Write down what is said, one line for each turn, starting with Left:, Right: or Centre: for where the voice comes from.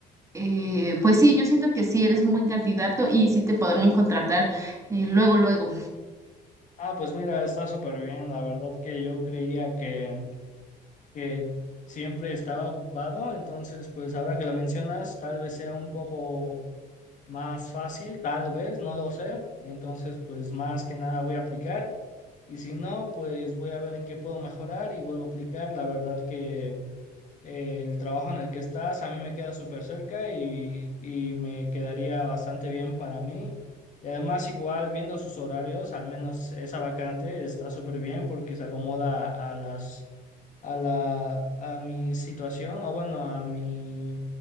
Right: eh, pues sí, yo siento que sí eres un buen candidato y sí te podrán contratar eh, luego, luego.
Left: Ah, pues mira, está súper bien, la verdad que yo creía que, que siempre estaba ocupado, entonces pues ahora que lo mencionas, tal vez sea un poco más fácil, tal vez, no lo sé, entonces pues más que nada voy a aplicar. Y si no, pues voy a ver en qué puedo mejorar y vuelvo a aplicar. La verdad que eh, el trabajo en el que estás a mí me queda súper cerca y, y me quedaría bastante bien para mí. Y además, igual viendo sus horarios, al menos esa vacante está súper bien porque se acomoda a las a la, a mi situación, o bueno, a mi,